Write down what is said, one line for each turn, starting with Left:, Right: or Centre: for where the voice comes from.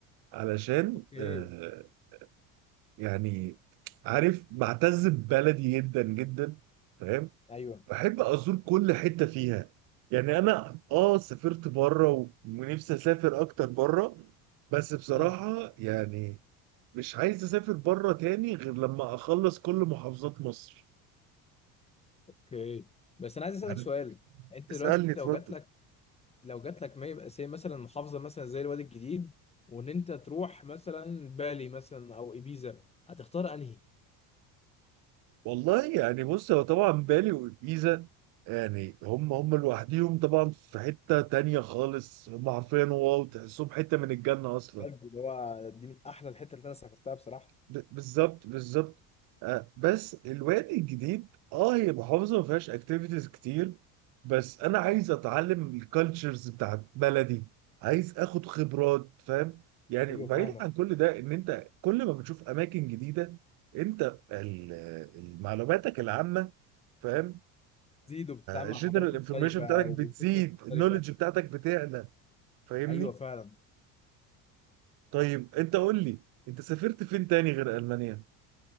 Right: علشان
Left: اوكي
Right: آه يعني عارف بعتز ببلدي جدا جدا فاهم
Left: ايوه
Right: بحب ازور كل حته فيها يعني انا اه سافرت بره و- ونفسي اسافر اكتر بره بس بصراحه
Left: مم.
Right: يعني مش عايز اسافر بره تاني غير لما اخلص كل محافظات مصر
Left: اوكي بس انا عايز اسالك
Right: يعني
Left: سؤال انت
Right: اسالني
Left: دلوقتي
Right: اتفضل
Left: لو جات لك لو جات لك ما يبقى زي مثلا محافظه مثلا زي الوادي الجديد وان انت تروح مثلا بالي مثلا او ابيزا هتختار انهي
Right: والله يعني بص هو طبعا بالي وجيزه يعني هم هم لوحديهم طبعا في حته تانيه خالص هم عارفين واو تحسهم حته من الجنه اصلا
Left: بجد اللي هو دي من احلى الحتت اللي انا سافرتها بصراحه
Right: ب- بالظبط بالظبط آه بس الوادي الجديد اه هي محافظه ما فيهاش اكتيفيتيز كتير بس انا عايز اتعلم الكالتشرز بتاعت بلدي عايز اخد خبرات فاهم يعني
Left: ايوه
Right: وبعيد
Left: فاهمك
Right: عن كل ده ان انت كل ما بتشوف اماكن جديده انت ال- معلوماتك العامه فاهم
Left: تزيد وبتتعامل
Right: الجنرال
Left: مع حضارات مختلفه
Right: انفورميشن بتاعتك
Left: وبتشوف
Right: بتزيد
Left: ناس مختلفه
Right: النولج بتاعتك بتعلى فاهمني
Left: ايوه فعلا
Right: طيب انت قول لي انت سافرت فين تاني غير المانيا